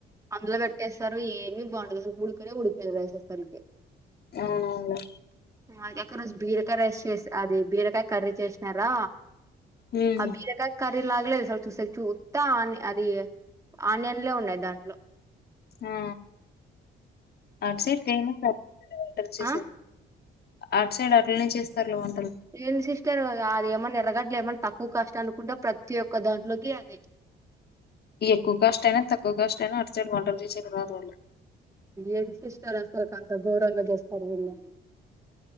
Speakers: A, on the right; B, on the left.
A: అందులో పెట్టేస్తారు ఏమి బాంగుండదు ఉడుకనే ఉడుకదు రైస్ అస్సల్కే
B: అవునవును
A: మా ఎక రోజు బీరకాయ రైస్ చేస అది బీరకాయ కర్రీ చేసినారా
B: మ్మ్
A: ఆ బీరకాయ కర్రీ లాగాలేస చూస్తే చూస్తా ఆ అది ఆనియన్లే ఉన్నాయి దాంట్లో
B: ఆ అట్సైడ్ ఫేమస్ పర్చసస్
A: ఆ
B: అట్ సైడ్ అట్లనే చేస్తారులు వంటలు
A: ఏం సిస్టర్ అది ఏమన్నా ఎర్రగడ్లు ఏమన్నా తక్కువ కాస్ట్ అనుకుంటే ప్రతి ఒక్క దాంట్లోకి అదే
B: ఈ ఎక్కువ కాస్ట్ అయినా తక్కువ కాస్ట్ అయినా అటు సైడ్ వంటలు చేసేది రాదుళ్ళ
A: ఏది సిస్టర్ అసలుకి అంత ఘోరంగా చేస్తారు వీళ్ళు